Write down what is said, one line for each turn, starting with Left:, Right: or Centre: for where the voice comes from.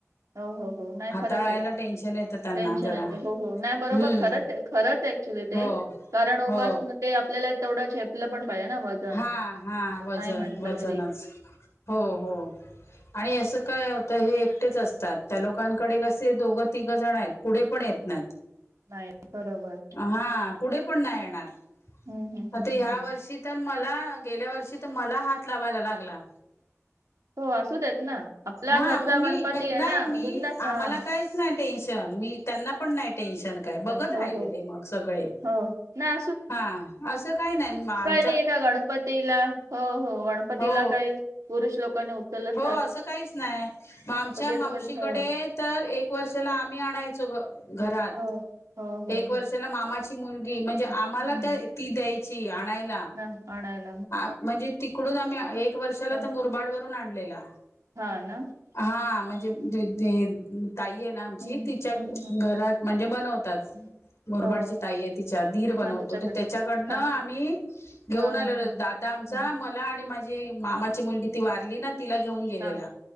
Right: हो हो हो नाही
Left: हाताळायला
Right: खरंच आहे
Left: टेन्शन येतं त्यांना
Right: टेन्शन
Left: जरा
Right: येत हो हो नाही बरोबर
Left: हम्म
Right: खरंच आहे खरंच आहे ऍक्च्युली ते
Left: हो
Right: कारण उगाच
Left: हो
Right: ते आपल्याला तेवढ झेपलं पण पाहिजे ना वजन
Left: हा हा वजन
Right: नाही म्हटलं
Left: वजनच
Right: तरी
Left: हो हो आणि असं काय होतं हे एकटेच असतात त्या लोकांकडे कसे दोघं तिघं जण आहेत पुढे पण येत नाही <unintelligible>
Right: नाही बरोबर
Left: हा पुढे पण नाही येणार
Right: हं, हं,
Left: आता
Right: हं,
Left: या
Right: हं, हं.
Left: वर्षी तर मला गेल्या वर्षी तर मला हात लावायला लागला
Right: हो, असू देत ना. आपला
Left: हा
Right: घरचा
Left: मम्मी
Right: गणपती
Left: मी
Right: आहे
Left: नाही
Right: ना
Left: मी
Right: बिनधास्त. हां.
Left: आम्हाला काहीच नाही टेन्शन अच्छा मी त्यांना पण नाही टेन्शन काय
Right: चल.
Left: बघत राहिलेले
Right: हो, हो.
Left: मग सगळे
Right: हो ना
Left: हा असं काही नाही माम
Right: नाही का गणपतीला हो हो गणपतीला
Left: हो
Right: काय पुरुष लोकांनी उचलंच
Left: हो
Right: नाही
Left: असं काहीच नाही मग आमच्या मावशीकडे
Right: असं कधी हो
Left: तर एक वर्षाला आम्ही आणायचो घरात
Right: हो हो हो
Left: एक
Right: हो
Left: वर्षाला मामाची मुलगी म्हणजे
Right: हम्म,
Left: आम्हाला
Right: हम्म.
Left: त्या ती द्यायची आणायला
Right: <unintelligible>
Left: आ म्हणजे तिकडून आम्ही एक वर्षाला
Right: हा
Left: तर मुरबाड वरून आणलेला
Right: हा ना
Left: हा म्हणजे
Right: हम्म,
Left: जे
Right: हम्म,
Left: जे ताई आहेत आमची
Right: हम्म,
Left: तिच्या
Right: हम्म, हम्म,
Left: घरात म्हणजे बनवतात
Right: हम्म.
Left: मोरबाडची
Right: हो
Left: ताई आहे तिच्या दीर बनवतो
Right: हा तिच्याकडे
Left: त्याच्याकडनं
Right: हा
Left: आम्ही घेऊन
Right: हा हा हा
Left: दादा आमचा
Right: हा
Left: मला आणि माझी मामाची मुलगी ती वारली ना तिला घेऊन गेलेला
Right: हा